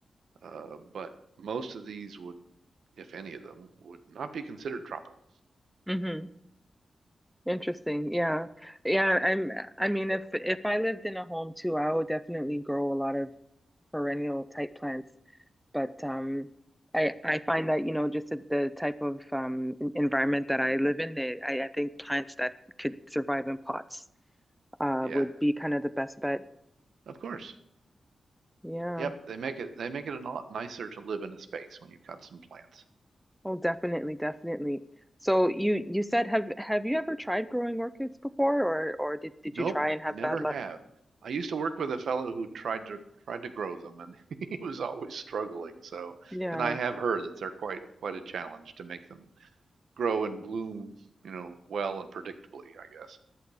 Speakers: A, on the right; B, in the centre.
A: Uh, but most of these would, if any of them, would not be considered tropical.
B: hmm Interesting. Yeah. Yeah, I'm I mean if if I lived in a home too, I would definitely grow a lot of perennial type plants. But um I I find that, you know, just the, the type of um en- environment that I live in, they, I I think plants that could survive in pots uh
A: Yeah,
B: would be kind of the best bet.
A: of course.
B: Yeah.
A: Yep, they make it they make it a lot nicer to live in a space when you've got some plants.
B: Oh, definitely, definitely. So you you said have have you ever tried growing orchids before or or did did
A: Nope,
B: you try and have
A: I never
B: bad luck?
A: have. I used to work with a fellow who tried to tried to grow them and <laughs> he was always struggling. So,
B: Yeah.
A: and I have heard that they're quite quite a challenge to make them grow and bloom, you know, well and predictably, I guess.